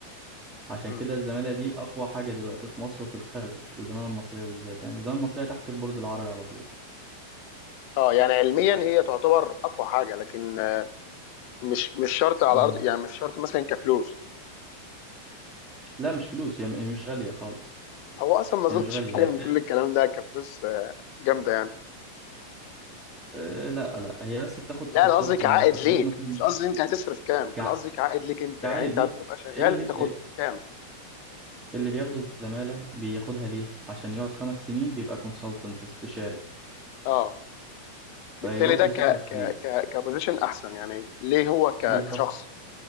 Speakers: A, on the right; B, on the left.
A: عشان
B: امم
A: كده الزماله دي اقوى حاجه دلوقتي في مصر وفي الخارج الزماله المصريه بالذات يعني الزماله المصريه تحت البورد العربي على طول
B: اه يعني علميا هي تعتبر اقوى حاجة لكن آه، مش مش شرط على
A: مم.
B: الارض يعني مش شرط مثلا كفلوس
A: لا مش فلوس هي هي مش غاليه خالص
B: هو اصلا ما اظنش
A: هي مش غاليه
B: في حاجة
A: هي بت...
B: من كل الكلام ده كفلوس آه، جامدة يعني
A: آه، لا لا هي بس بتاخد
B: لا
A: تخصصات
B: انا قصدي كعائد
A: يعني التخصصات
B: ليك
A: مثلا
B: مش قصدي انت هتصرف كام
A: كع...
B: انا قصدي كعائد ليك انت
A: كعائد
B: يعني انت
A: ليك
B: هتبقى شغال
A: إيه اللي بي...
B: بتاخد
A: إيه
B: كام
A: اللي بياخد الزمالة بياخدها ليه؟ عشان يقعد خمس سنين بيبقى كونسلتنت استشاري
B: اه بالتالي
A: فيروح
B: ده
A: يسافر
B: ك
A: الخليج
B: ك ك كبوزيشن احسن يعني ليه هو ك
A: بالظبط
B: كشخص